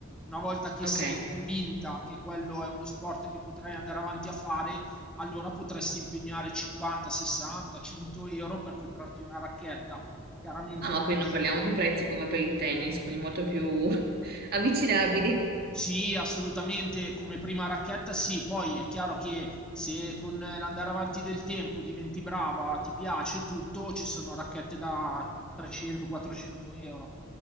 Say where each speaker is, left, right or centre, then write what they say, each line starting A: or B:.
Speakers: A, in the centre; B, on the right (about 45°).
A: Una volta che
B: Ok.
A: sei convinta che quello è uno sport che potrai andare avanti a fare, allora potresti impegnare 50, 60, 100 euro per comprarti una racchetta. Chiaramente
B: Ah,
A: una
B: ma qui
A: versione.
B: non parliamo di prezzi come per il tennis, quindi molto più <laughs> avvicinabili.
A: Sì, assolutamente, come prima racchetta sì, poi è chiaro che se con l'andare avanti del tempo diventi brava, ti piace tutto, ci sono racchette da 300-400 euro,